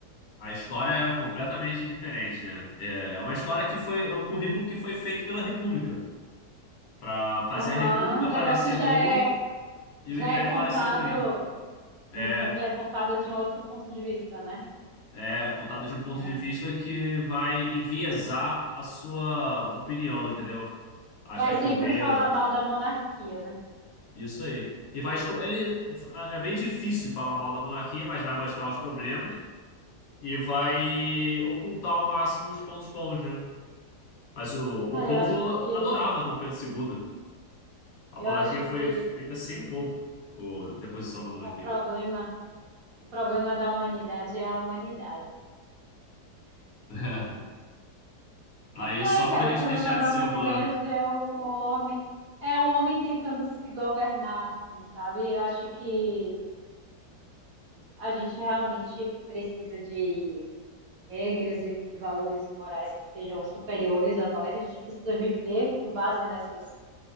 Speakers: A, on the left; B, on the right.
A: a história era completamente diferente, né? É uma história que foi, é um currículo que foi feito pela República, para fazer
B: Aham,
A: a República
B: O negócio
A: parecer
B: já
A: boa
B: é,
A: e
B: já
A: o Império
B: é contado,
A: parecer ruim. É,
B: uhum, já é contado de um outro ponto de vista, né?
A: é, contado de um ponto
B: É.
A: de vista que vai enviesar a sua opinião, entendeu? Achar
B: Vai
A: que
B: sempre
A: o rei
B: falar
A: era
B: mal da monarquia, né?
A: isso aí. E vai, esco- ele, é bem difícil falar mal da monarquia, mas vai mostrar os problemas e vai ocultar ao máximo os pontos bons, né? Mas o, o
B: Cara,
A: povo
B: eu acho que,
A: adorava Dom Pedro II. A
B: eu
A: monarquia
B: acho
A: foi
B: que
A: feita sem o povo, o deposição da monarquia.
B: o problema, o problema da humanidade é a humanidade.
A: <laughs> Aí
B: É,
A: só
B: cara,
A: quando a gente
B: o problema
A: deixar
B: da
A: de ser
B: humanidade
A: humano.
B: é o homem, é o homem tentando se governar, assim, sabe? Eu acho que a gente realmente precisa de regras e valores morais que sejam superiores a nós. A gente precisa viver com base nessas,